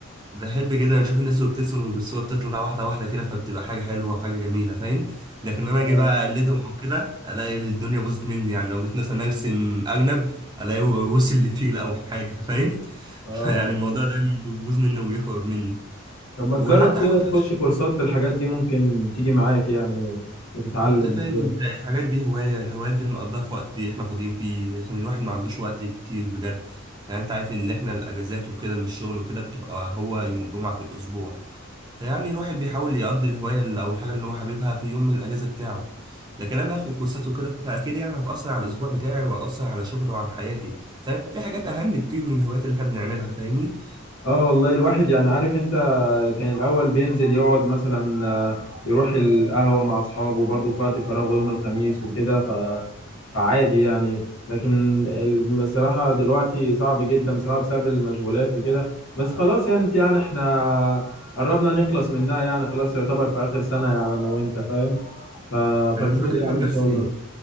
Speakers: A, on the right (about 20°); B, on the left (about 80°).
A: بحب جدا اشوف الناس وهي بتبتسم والصورة بتطلع واحدة واحدة كده فبتبقى حاجة حلوة وحاجة جميلة فاهم لكن انا
B: اه
A: اجي بقى اقلدهم او كده الاقي الدنيا باظت مني يعني لو جيت مثلا ارسم ارنب الاقي وصل لفيل او حاجة فاهم <laughs>
B: اه
A: فيعني الموضوع دايما بيبوظ مني وبيخرب مني
B: طب ما
A: وحتى
B: تجرب كده
A: حاولت
B: تخش كورسات في الحاجات دي ممكن تيجي معاك يعني وتتعلم
A: انت فاهم
B: وكده
A: انت يعني الحاجات دي هوايه الهوايات دي بنقضيها في وقت احنا فاضيين فيه لكن الواحد ما عندوش وقت كتير بجد يعني انت عارف ان احنا الاجازات وكده من الشغل وكده بتبقى هو يوم الجمعه في الاسبوع فيعني الواحد بيحاول يقضي الهوايه اللي- او الحاجه اللي هو حاببها في يوم من الاجازه بتاعه لكن انا باخد كورسات وكده فاكيد يعني هتاثر على الاسبوع بتاعي وهتاثر على شغلي وعلى حياتي ففي حاجات اهم كتير من الهوايات اللي احنا بنعملها فاهمني
B: اه والله الواحد يعني عارف انت كان الاول بينزل يقعد مثلا آه، يروح القهوه مع اصحابه برضه في وقت فراغه يوم الخميس وكده ف فعادي يعني لكن ال- بصراحه دلوقتي صعب جدا بصراحه بسبب المشغولات وكده بس خلاص يعني يعني احنا قربنا نخلص منها يعني خلاص يعتبر في اخر سنه يعني انا وانت فاهم ف...
A: انا
B: فخير
A: مش بكلمك
B: يعني
A: بس
B: ان شاء الله